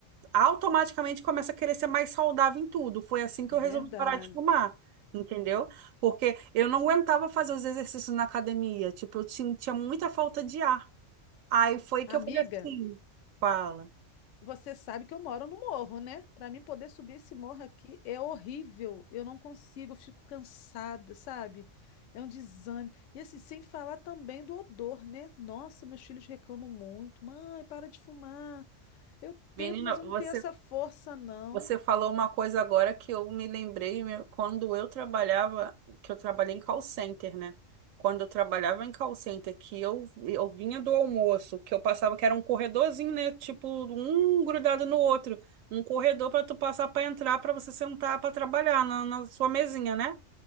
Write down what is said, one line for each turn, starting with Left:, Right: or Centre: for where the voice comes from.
Right: automaticamente começa a querer ser mais saudável em tudo. Foi assim que
Left: Verdade.
Right: eu resolvi parar de fumar, entendeu? Porque eu não aguentava fazer os exercícios na academia, tipo, eu tinha, tinha muita falta de ar. Aí foi que
Left: Amiga,
Right: eu falei assim, fala,
Left: Você sabe que eu moro no morro, né? Para mim poder subir esse morro aqui é horrível. Eu não consigo, eu fico cansada, sabe? É um desânimo. E assim, sem falar também do odor, né? Nossa, meus filhos reclamam muito. Mãe, para de fumar. Eu tento,
Right: menina,
Left: mas eu
Right: você
Left: não tenho essa força, não.
Right: Você falou uma coisa agora que eu me lembrei meu, quando eu trabalhava, que eu trabalhei em call center, né? Quando eu trabalhava em call center, que eu, eu vinha do almoço, que eu passava, que era um corredorzinho, né? Tipo, um grudado no outro. Um corredor para tu passar para entrar, para você sentar para trabalhar na, na sua mesinha, né?